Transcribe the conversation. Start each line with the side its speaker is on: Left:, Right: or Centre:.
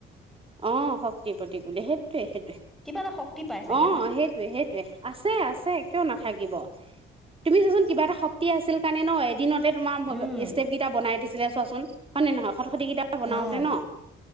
Right: অ', শক্তিৰ প্ৰতীক বুলি সেইটোৱে সেইটোৱে অ,
Centre: কিবা এটা শক্তি পাই চাগে ন
Right: সেইটোৱে সেইটোৱে আছে আছে কিয় নাথাকিব। তুমি চোৱাচোন কিবা এটা শক্তি আছিল কাৰণে ন এদিনত তোমাৰ
Centre: উম
Right: ষ্টেপ কেইটা বনাই দিছিলে। চোৱাচোন। হয় নে নহয় খট খটি কেইটা বনাওতে
Centre: অ
Right: ন?